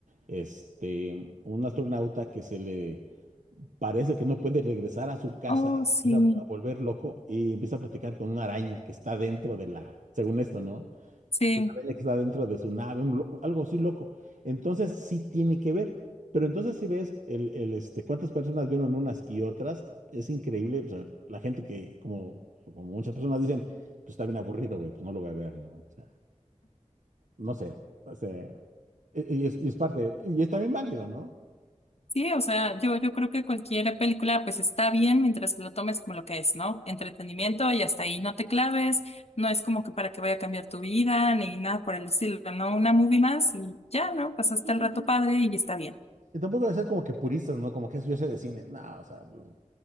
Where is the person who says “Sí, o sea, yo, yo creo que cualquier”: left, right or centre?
Left